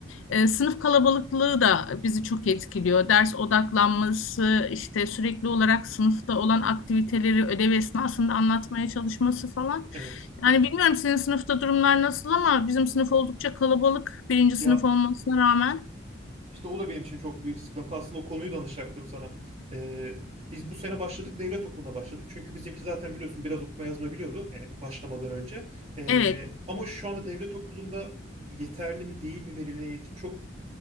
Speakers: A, on the left; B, on the right.
A: e, sınıf kalabalıklığı da bizi çok etkiliyor. Ders odaklanması,
B: Evet,
A: işte sürekli olarak sınıfta olan aktiviteleri ödev esnasında anlatmaya çalışması falan.
B: evet.
A: Yani bilmiyorum senin sınıfta durumlar nasıl ama bizim sınıf oldukça kalabalık. Birinci sınıf
B: Ya
A: olmasına rağmen.
B: işte o da benim için çok büyük sıkıntı. Aslında o konuyu danışacaktım sana. Ee, biz bu sene başladık, devlet okuluna başladık. Çünkü bizimki zaten biliyorsun biraz okuma yazma biliyordu yani başlamadan önce. Ee,
A: Evet.
B: ama şu anda devlet okulunda yeterli mi değil mi verilen eğitim çok